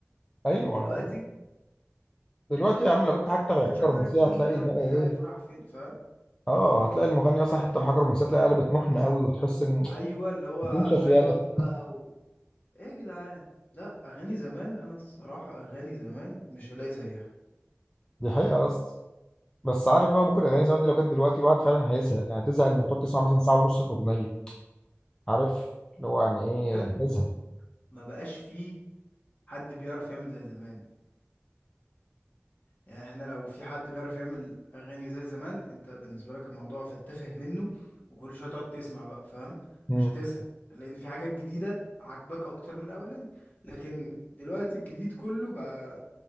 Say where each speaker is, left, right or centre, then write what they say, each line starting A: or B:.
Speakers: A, on the left (about 15°); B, on the left (about 40°).
A: ايوه
B: دلوقتي
A: دلوقتي يا عم لو كنت حتى
B: آه،
A: لو
B: مش
A: حاجه
B: عارف
A: رومانسيه
B: مين
A: هتلاقي
B: جاب
A: بقى
B: مش
A: ايه
B: عارف راح فين فاهم
A: اه هتلاقي المغني مثلا حتى لو حاجه رومانسيه تلاقي قلبت محن قوي وتحس ان
B: ايوه اللي هو
A: تنشف
B: عياط
A: يالا
B: بقى و... ايه يا جدعان لا اغاني زمان انا الصراحه اغاني زمان مش هلاقي زيها
A: دي حقيقه اصلا بس عارف بقى ممكن الاغاني زمان دي لو جت دلوقتي الواحد فعلا هيزهق يعني تزهق انك تقعد تسمع مثلا ساعه ونص اغنيه عارف اللي هو يعني
B: عشان
A: ايه هزها
B: ما بقاش فيه حد بيعرف يعمل زي زمان يعني احنا لو في حد بيعرف يعمل اغاني زي زمان انت بالنسبه لك الموضوع فتفه منه وكل شويه تقعد تسمع بقى فاهم
A: مم.
B: مش هتزهق لان في حاجات جديده عاجباك اكتر من الاولاني لكن دلوقتي الجديد كله بقى